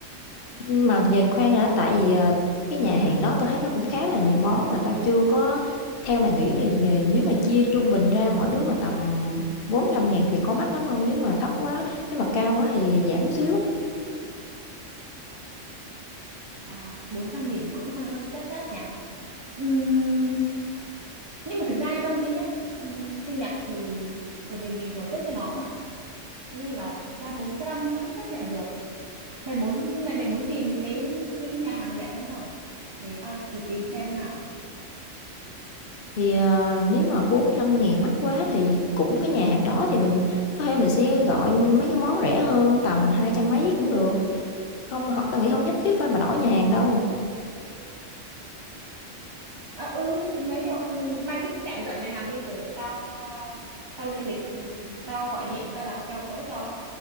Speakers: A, on the left (about 50°); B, on the right (about 25°).
A: mà về khoan đã, tại vì, ờ, cái nhà hàng đó tao thấy nó cũng khá là nhiều món mà tao chưa có theo mày nghĩ thì, ờ, nếu mà chia trung bình ra mỗi đứa mà tầm bốn trăm ngàn thì có mắc lắm không Nếu mà thấp quá nếu mà cao quá thì giảm xíu,
B: À, bốn trăm nghìn cũng hơi hơi chát chát nhỉ. Ừm, nhưng mà thực ra tao nghĩ nhá, ừm, sinh nhật thì bởi vì mình tổ chức cho nó mà. Thế nên là thực ra 400 cũng chấp nhận được. Mày muốn mày, mày muốn tìm cái cái nhà hàng rẻ hơn không? Để tao thử tìm xem nào.
A: thì, ờ, nếu mà bốn trăm ngàn mắc quá thì cũng cái nhà hàng đó thì mình có thể mình sẽ gọi mấy cái món rẻ hơn tầm hai trăm mấy cũng được, không h tao nghĩ không nhất thiết phải mà đổi nhà hàng đâu.
B: À, ừ, nếu như mà không mày cứ tạm chọn nhà hàng đi rồi để tao à, tao lên lịch, ừ, tao gọi điện, tao đặt cho chỗ cho.